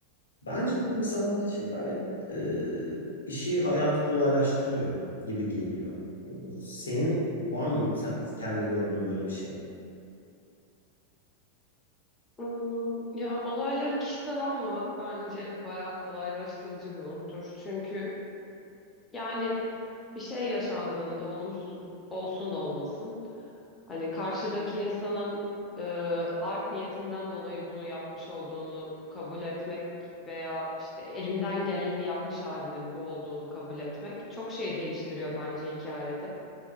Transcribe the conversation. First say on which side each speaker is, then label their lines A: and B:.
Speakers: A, on the left; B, on the left.
A: Bence bu insanlar için gayet e, işi, hayatı kolaylaştırıyor gibi geliyor. E, Senin var mı sen kendi gördüğün böyle bir şey?
B: Hmm, Ya olayları kişisel almamak bence bayağı kolaylaştırıcı bir unsur. Çünkü yani bir şey yaşandığında olumsuz olsun olmasın hani karşıdaki insanın e, art niyetinden dolayı bunu yapmış olduğunu kabul etmek veya işte elinden geleni yapmış halinin bu olduğunu kabul etmek çok şey değiştiriyor bence hikayede.